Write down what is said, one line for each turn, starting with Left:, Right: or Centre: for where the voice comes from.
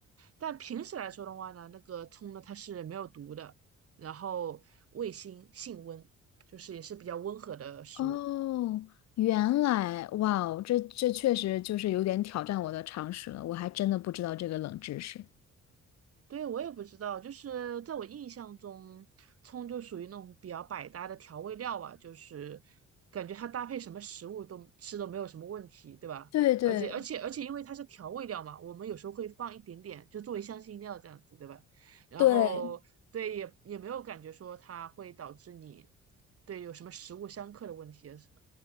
Right: 但平时来说的话呢，那个葱呢，它是没有毒的，然后味辛性温，就是也是比较温和的食物。
Left: 哦，原来，哇哦，这这确实就是有点挑战我的常识了，我还真的不知道这个冷知识。
Right: 对，我也不知道，就是在我印象中，葱就属于那种比较百搭的调味料吧，就是感觉它搭配什么食物都吃都没有什么问题，对吧？
Left: 对对，
Right: 而且而且而且，因为它是调味料嘛，我们有时候会放一点点，就作为香辛料这样子，对吧？然后对，
Left: 对
Right: 也也没有感觉说它会导致你对有什么食物相克的问题啊什么。